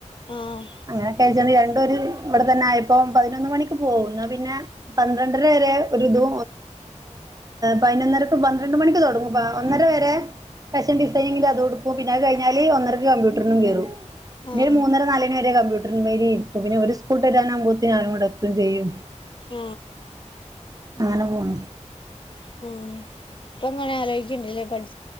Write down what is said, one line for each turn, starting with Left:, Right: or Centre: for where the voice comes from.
Left: ആഹ്
Right: അങ്ങനെക്കെഴിച്ചണ്ട് രണ്ടു ഒരു ഇവിടെ തന്നെ ആയിപ്പം പതിനൊന്ന് മണിക്ക് പോകും. എന്നാപിന്നെ പന്ത്രണ്ടര വരെ ഒരിതു പതിനൊന്നര പന്ത്രണ്ട് മണിക്ക് തുടങ്ങും. വ ഒന്നര വരെ ഫാഷൻ ഡിസൈനിങ്ങിന്റെ അത് എടുക്കും. പിന്നെ അത് കഴിഞ്ഞാല് ഒന്നരക്ക് കമ്പ്യൂട്ടറിനും കയറും. പിന്നെ
Left: ആഹ്
Right: ഒരു മൂന്നര നാലു മണി വരെ കമ്പ്യൂട്ടറിൻ മേലിൽ ഇരിക്കും. പിന്നെ ഇവര് സ്കൂളു വിട്ട് വരാൻകുമ്പത്തേന് ഞാൻ ഇവിടെ എത്തുകയുംചെയ്യും.
Left: ആഹ്
Right: അങ്ങനെ പോണ്.
Left: ഓ ഇപ്പ ഇങ്ങനെ ആലോചിക്കണ്ട്ല്ലേ പഠി